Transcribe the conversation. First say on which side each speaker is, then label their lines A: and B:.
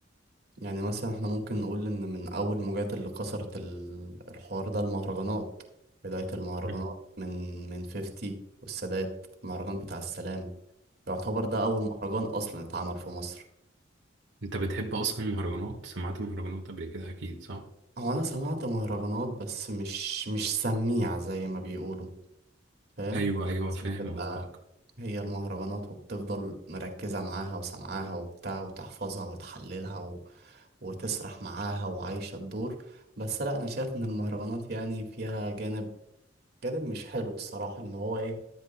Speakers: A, on the right; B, on the right.
A: يعني مثلا احنا ممكن نقول ان من أول موجات اللي كسرت ال- الحوار ده المهرجانات بداية المهرجانات
B: مم.
A: من من 50 والسادات المهرجان بتاع السلام يعتبر ده أول مهرجان أصلا اتعمل في مصر
B: أنت بتحب أصلا المهرجانات سمعت مهرجانات قبل كده أكيد صح؟
A: هو انا سمعت مهرجانات بس مش مش سميع زي ما بيقولوا فاهم
B: أيوه أيوه
A: بس
B: فاهم
A: بتبقى
B: قصدك
A: هي المهرجانات وبتفضل مركزة معاها وسمعاها وبتاع وتحفظها وتحللها و... وتسرح معاها وعايشة الدور بس لا انا شايف ان المهرجانات يعني فيها جانب جانب مش حلو الصراحة ان هو ايه